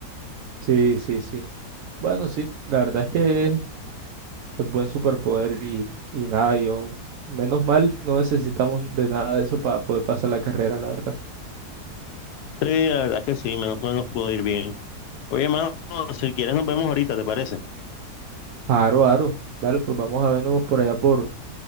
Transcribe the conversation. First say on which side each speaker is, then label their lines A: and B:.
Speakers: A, on the right; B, on the left.
A: Sí, sí, sí. Bueno, sí, la verdad es que es buen superpoder y, y nada, yo, menos mal, no necesitamos de nada de eso para poder pasar la carrera, la verdad.
B: Sí, la verdad es que sí, menos mal nos pudo ir bien. Oye, mano, si quieres nos vemos ahorita, ¿te parece?
A: Aro, aro. Dale, pues vamos a vernos por allá por,